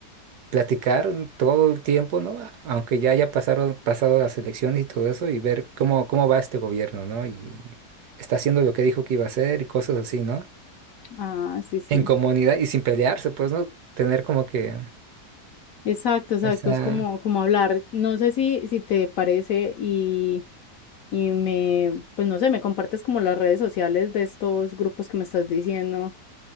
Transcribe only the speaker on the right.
platicar todo el tiempo, ¿no? Aunque ya haya pasaron, pasado las elecciones y todo eso, y ver cómo, cómo va este gobierno, ¿no? Y está haciendo lo que dijo que iba a hacer y cosas así, ¿no?
En comunidad y sin pelearse, pues, ¿no? Tener como que
esa...